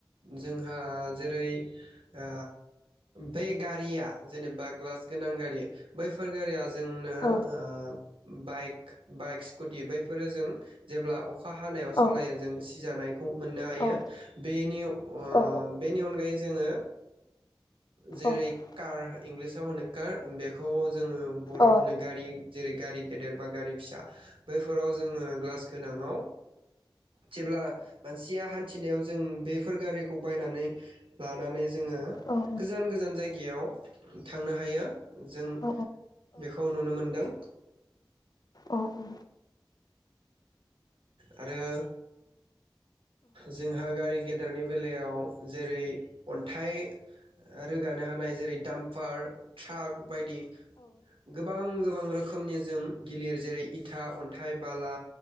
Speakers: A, on the right; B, on the left.
A: जोंहा जेरै आ बै गारिया जेनेबा ग्लास गोनां गारि बैफोर गारिया जोंनो
B: औ
A: ओ बाइक बाइक स्कुटि बैफोरो जों जेब्ला अखा हानायाव
B: औ
A: सलायो जों सि जानाय मोननो हायो
B: औ
A: बेनि
B: औ
A: बेनि अनगायै जोङो जेरै
B: औ
A: कार इंलिसाव होनो कार बेखौ जोङो बर'
B: औ
A: होनो गारि जेरै गारि गेदेर बा गारि फिसा बैफोराव जोङो ग्लास गोनांङाव जेब्ला थिया हान्थिनायाव जों बेफोर गारिखौ बायनानै लानानै जोङो
B: उम
A: गोजान गोजान जायगायाव थांनो हायो जों
B: औ
A: बेखौ नुनो मोनदों
B: अ औ
A: आरो जोंहा गारि गे देरनि बेलायाव जेरै अन्थाइ आरो गानो हानाय जेरै दाम्पार ट्राक बायदि गोबां गोबां रोखोमनि जों गिलिर जेरै इथा अन्थाइ बाला